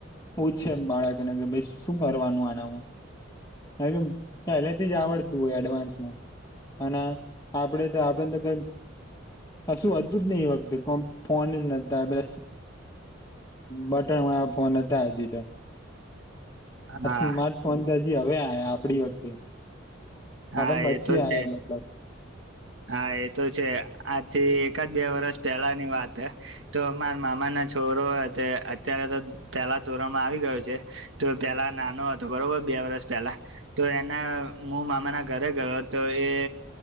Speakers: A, on the left (about 20°); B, on the right (about 70°).
A: પૂછે બાળકને કે ભઈ શું કરવાનું આનામાં. કારણ કેમ પહેલેથી જ આવડતું હોય એડવાન્સમાં અને આપડે તો આપડે તો કઈક કશું હતું જ નહી એ વખતે કો ફોન જ નતા પસ બટણ વાળા ફોન હતા હજી તો આ
B: હા
A: સ્માર્ટ ફોન દજ જી હવે આયા આપડી વખતે
B: હા
A: હવેમ મચી
B: એ તો
A: આયા
B: છે
A: મતલબ
B: હા, એ તો છે આથી એકદ બે વરષ પહેલાની વાત હ તો માર મામાના છોરો તે અત્યારે તો પહેલા ધોરણમાં આવી ગયો છે તો પેલા નાનો હતો બરોબર બે વરષ પહેલા તો એને મુ મામાના ઘરે ગયો હતો એ